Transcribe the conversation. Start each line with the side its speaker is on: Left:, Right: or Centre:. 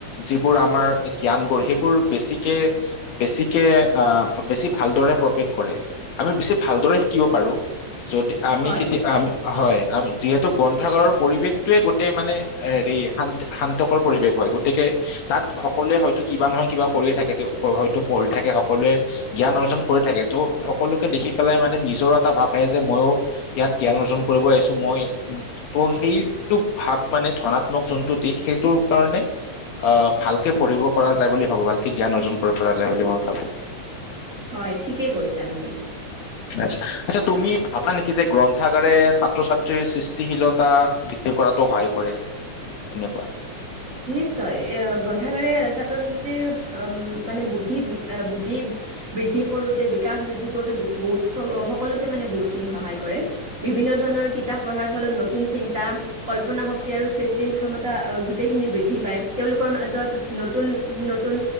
Left: যিবোৰ আমাৰ জ্ঞান বোৰ সেইবোৰ বেছিকে বেছিকে আহ, বেছি ভালদৰে প্ৰৱেশ কৰে আমি বেছি ভালদৰে শিকিব পাৰো, যদি আমি
Right: হয়
Left: কেতিয়া আমি হয়। আৰু যি গ্ৰন্থাগাৰৰ পৰিৱেশটয়ে গোটেই মানে হেৰি শান্ত শান্তকৰ পৰিৱেশ হয়। গতিকে, তাত সকলোৱে হয়তো কিবা নহয় কিবা কৰিয়েই থাকে হয়তো পঢ়ি থাকে সকলোৱে জ্ঞান অৰ্জন কৰি থাকে। ত' সকলোকে দেখি পেলাই মানে নিজৰ এটা ভাৱ আহ যে ময়ো ইয়াত জ্ঞান অৰ্জন কৰিব আহিছো। ম ত' সেইটো ভাৱ মানে ধনাত্মক যোনটো দিশ সেইটোৰ কাৰণে আহ, ভালকে পঢ়িব পৰা যায় বুলি ভাবো ভালকে জ্ঞান অৰ্জন কৰিব পৰা যায় বুলি মই ভাবো।
Right: হয়, ঠিকেই কৈছা তুমি।
Left: আটচ্চা, তুমি ভাবা নেকি যে গ্ৰন্থাগাৰে ছাত্ৰ- ছাত্ৰীৰ সৃষ্টি গশীলতা বৃদ্ধি কৰাতো সহায় কৰে, এনেকুৱা
Right: নিশ্চয় এ গ্ৰন্থাগাৰে ছাত্ৰ-ছাত্ৰীৰ মানে বুদ্ধি বুদ্ধি বৃদ্ধি কৰোতে বিকাশ বৃদ্ধি কৰোতে বহুত সকলোতে মানে বহুতখিনি সহায় কৰে, বিভিন্ন ধৰণৰ কিতাপ পঢ়াৰ ফলত নতুন চিন্তা কল্পনা শক্তি আৰু সৃষ্টিশী ক্ষমতা গোইখিনি বৃদ্ধি পায় তেওঁলোকৰ মাজত নতুন-নতুন